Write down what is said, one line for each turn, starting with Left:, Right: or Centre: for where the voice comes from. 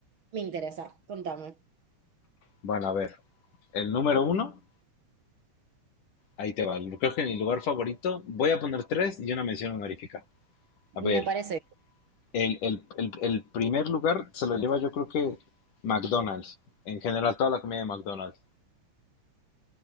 Right: Me interesa, contame.
Left: Bueno, a ver. El número uno, ahí te va. el- Creo que mi lugar favorito, voy a poner tres y una mención honorífica. A
Right: Me
Left: ver,
Right: parece.
Left: el, el- el- el primer lugar se lo lleva yo creo que McDonald's. En general, toda la comida de McDonald's.